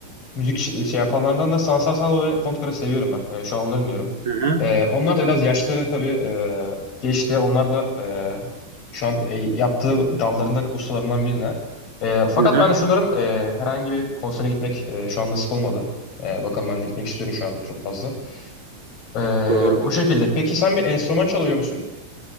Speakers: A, on the left; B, on the right.
A: müzik şi- şey yapanlardan da Sansar Salvo ve Kontkar'ı seviyorum ben. E, şu an onları dinliyorum.
B: Hı hı,
A: E, onlar da biraz yaşları tabii e, geçti. Onlar da e, şu an e, yaptığı dallarında ustalarından birine. E, fakat
B: hı hı.
A: ben şunların e, herhangi bir konsere gitmek e, şu an nasip olmadı. E, bakalım ben de gitmek istiyorum şu an çok fazla. E,
B: Doğrudur.
A: o şekilde. Peki sen bir enstrüman çalıyor musun?